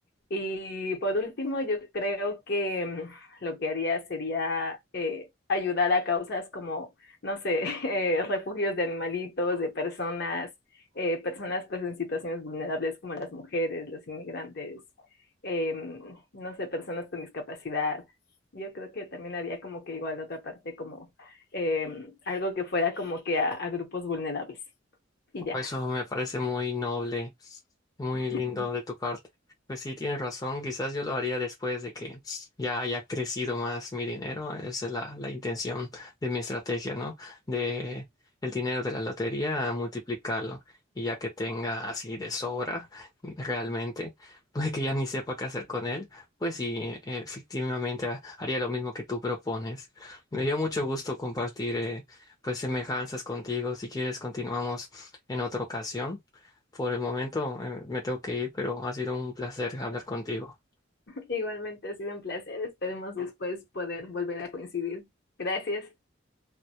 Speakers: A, on the left; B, on the left.
A: Y por último, yo creo que em, lo que haría sería eh, ayudar a causas como, no sé, <laughs> eh, refugios de animalitos, de personas, eh, personas pues en situaciones vulnerables como las mujeres, los inmigrantes, em, no sé, personas con discapacidad yo creo que también había como que igual otra parte como eh, algo que fuera como que a, a grupos vulnerables. Y ya.
B: Eso me parece muy noble, muy
A: <laughs>
B: lindo de tu parte. Pues sí, tienes razón, quizás yo lo haría después de que ya haya crecido más mi dinero. Esa es la, la intención de mi estrategia, ¿no? De el dinero de la lotería a multiplicarlo. Y ya que tenga así de sobra, realmente, <laughs> pues que ya ni sepa qué hacer con él, pues sí, efectivamente ha- haría lo mismo que tú propones. Me dio mucho gusto compartir, eh, pues, semejanzas contigo. Si quieres, continuamos en otra ocasión. Por el momento, eh, me tengo que ir, pero ha sido un placer hablar contigo.
A: Igualmente ha sido un placer. Esperemos después poder volver a coincidir. Gracias.